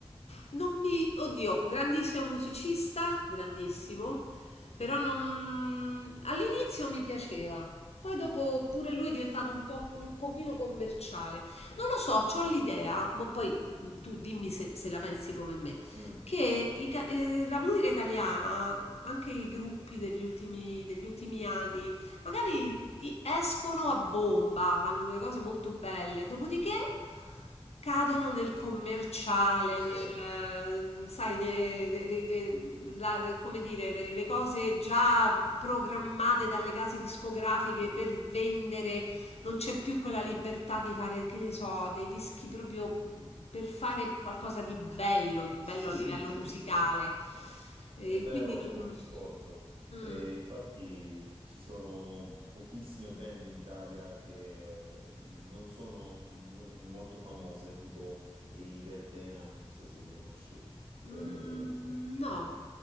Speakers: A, on the left; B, on the right.
A: non mi... Oddio, grandissimo musicista, grandissimo,
B: Sì.
A: però non... All'inizio mi piaceva, poi dopo pure lui è diventato un po' un pochino commerciale. Non lo so, ho l'idea, ma poi mh, tu dimmi se, se la pensi come me,
B: Mm,
A: che i ca- eh, la musica italiana, anche i gruppi degli ultimi, degli ultimi anni, magari i- escono a bomba, fanno delle cose molto belle, dopodiché cadono nel commerciale,
B: sì,
A: nel, eh, sai, de- de- de- de- la- come dire, le, le cose già programmate dalle case discografiche per vendere, non c'è più quella libertà di fare, che ne so, dei dischi proprio per fare qualcosa di bello, di bello
B: sì,
A: a livello
B: sì,
A: musicale.
B: sì, sì.
A: E
B: È vero,
A: quindi non...
B: concordo.
A: Mm,
B: E infatti ci sono pochissime band in Italia che eh, non sono mm, molto famose, tipo i Verdena, non so se li conosci.
A: mm,
B: Eh,
A: no.